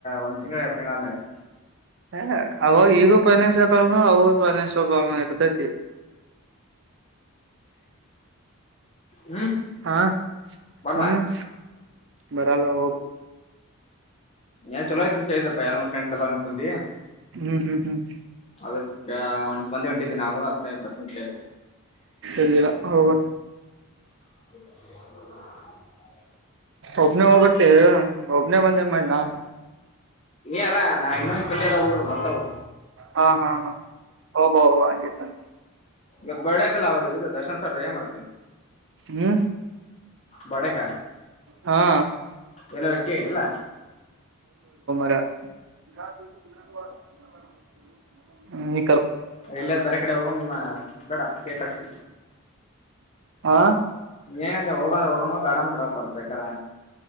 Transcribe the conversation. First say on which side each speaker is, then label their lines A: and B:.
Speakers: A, on the left; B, on the right.
A: ಒಂದ್ ತಿಂಗಳು ಎರಡು ತಿಂಗಂಳ ಆದ್ಮೇಲೆ
B: ಹ ಅವಾಗ ಈಗೂ ಫೈನಾನ್ಸಿಯಲ್ ಪ್ರಾಬ್ಲಮ್ ಅವೂಗು ಫೈನಾನ್ಸಿಯಲ್ ಪ್ರಾಬ್ಲಮ್ ಇರ್ತೈತಿ
A: ಹ್ಮ್
B: ಹಾ
A: ಬರ್ಲ
B: ಹ್ಮ್ ಬರಲ್ಲ ಹೋಗ
A: ಏನ್ ಚಲೋ ಆಯ್ತಂತ ಹೇಳತಪ್ಪ ಯಾರ ಫ್ರೆಂಡ್ಸ್ ಎಲ್ಲಾ ಅನಸ್ಕೊಂಡಿ
B: ಹ್ಮ್ ಹ್ಮ್ ಹ್ಮ್
A: ಅದಕ್ಕೆ <unintelligible> ಒಂದೆ ಹೊಂಟಿದ್ದ್ ನಾವು ಅ ಬರ್ತಿ ಏನ್ ಅಂತ ಕೇಳ್ದೆ
B: ಇಲ್ಲಿಲ್ಲ ಹೋಗ
A: <unintelligible>
B: ಒಬ್ನೇ ಹೋಗತ್ತೆ ಒಬ್ನೇ ಬಂದ್ ಏನ್ ಮಾಡ್ಲಿ ನನ್
A: ಅಲ್ಲಾ ನಾ ಇನ್ನೊಂಡಸ್ಟ್ ಮಂದಿ ಅದರ್ ಹುಡರು ಬರ್ತವ್
B: ಹಾ ಹಾ ಹೋಬ ಹೊಬ ಹಂಗಿತ್ತಂದ್ರೆ
A: ಇವತ್ ಬರ್ಡ್ ಆಯ್ತಲ್ಲ ಅವ್ರು ಇದು ದರ್ಶನ್ ಸರ್ ಏನ್ ಮಾಡ್ತಿ
B: ಹ್ಮ
A: ಬಡೇಕ
B: ಹಾ
A: ಎಲ್ಲರ ಹೊಕ್ಕಿ ಇಲ್ಲ
B: <unintelligible> ನಿ
A: ಎಲ್ಲರ ಬೇರೆ ಕಡೆ ಹೋಗಮ್ಮ ಬೇಡ ಕೇಕ್ ಕಟ್
B: ಹಾ
A: ಏನಂತ ಹೋಗ ಹೋಗಂಬ ಬೇಡ ಬಿಡಕ್ ಹೊರ್ತಕ್ರ